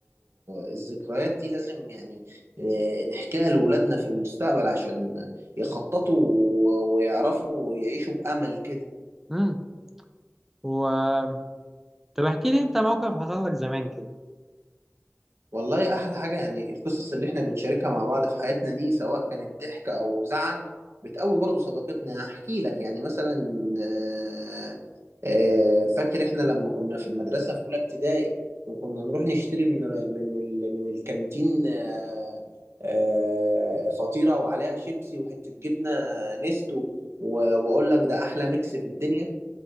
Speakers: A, on the right; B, in the centre.
A: الذكريات دي لازم يعني اه، نحكيها لأولادنا في المستقبل عشان يخططوا و- ويعرفوا يعيشوا بأمل كده
B: مم. و طب احكي لي انت موقف حصل لك زمان كده
A: والله احلى حاجه يعني القصص اللي احنا بنشاركها مع بعض في حياتنا دي سواء كانت ضحك او زعل بتقوي برضو صداقتنا احكي لك يعني مثلا آه، آه، فاكر احنا لما كنا في المدرسه في اولى ابتدائي وكنا نروح نشتري من من ال- من الكانتين آه، آه، فطيره وعليها شيبسي وحته جبنه نستو و- واقول لك ده احلى ميكس في الدنيا